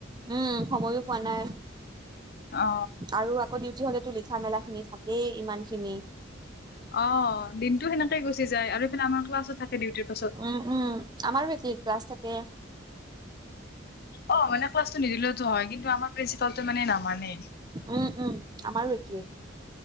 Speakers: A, on the right; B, on the left.
A: উম সময়ো পোৱা নাই।
B: অ
A: আৰু আকৌ ডিউটি হলেতো লিঠা মেলা খিনি থাকেই ইমান খিনি।
B: অ দিনটো সেনেকে গুচি যায় আৰু আমাৰ ক্লাছ থাকে। ডিউটিৰ পাছত
A: উম উম আমাৰো একে ক্লাছ থাকে।
B: অ মানে ক্লাছটো নিদিলেওতো হয় কিন্তু আমাৰ প্ৰিন্ঞ্চিপাল মানে নাম। মানে।
A: উম উম আমাৰো একেই